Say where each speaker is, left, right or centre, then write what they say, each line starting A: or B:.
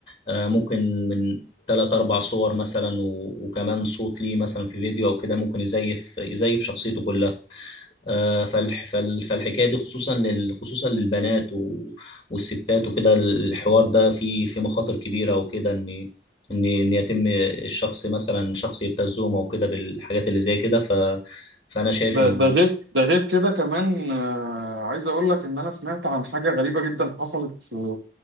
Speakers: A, on the left; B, on the right.
A: آه، ممكن من تلات أربع صور مثلا و- وكمان صوت ليه مثلا في فيديو أو كده ممكن يزيف يزيف شخصيته كلها آه، فالح فال- فالحكاية دي خصوصا لل خصوصا للبنات و- والستات وكده الحوار ده فيه في مخاطر كبيرة وكده إن إن إن يتم الشخص مثلا شخص يبتزهم أو كده بالحاجات اللي زي كده ف فأنا شايف
B: ده
A: إن
B: ده غير ده غير كده كمان آه، عايز أقول لك إن أنا سمعت عن حاجة غريبة جدا حصلت في